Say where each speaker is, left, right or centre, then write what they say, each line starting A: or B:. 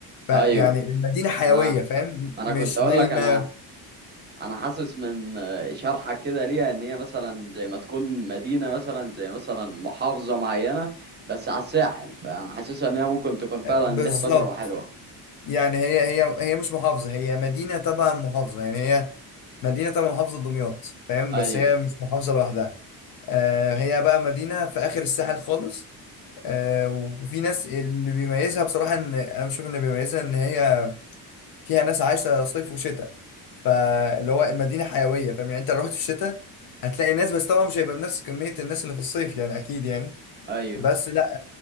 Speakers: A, on the left; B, on the right.
A: فيعني
B: ايوه
A: المدينة حيوية
B: انا
A: فاهم
B: انا
A: مش
B: كنت اقول
A: نايمة
B: لك انا انا حاسس من آه، شرحك كده ليها ان هي مثلا زي ما تكون مدينة مثلا زي مثلا محافظة معينة بس على الساحل فانا حاسسها ان هي ممكن تكون فعلا
A: آه، بالظبط
B: ليها تجربة حلوة
A: يعني هي هي هي مش محافظة هي مدينة تبع محافظة يعني هي مدينة تبع محافظة دمياط فاهم
B: ايوه
A: بس هي مش محافظة لوحدها آه هي بقى مدينة في آخر الساحل خالص آه وفي ناس اللي بيميزها بصراحة إن أنا بشوف إن بيميزها إن هي فيها ناس عايشة صيف وشتاء فاللي هو المدينة حيوية فاهم يعني أنت لو رحت في الشتاء هتلاقي ناس بس طبعا مش هيبقى بنفس كمية الناس اللي في الصيف يعني أكيد يعني
B: ايوه
A: بس لا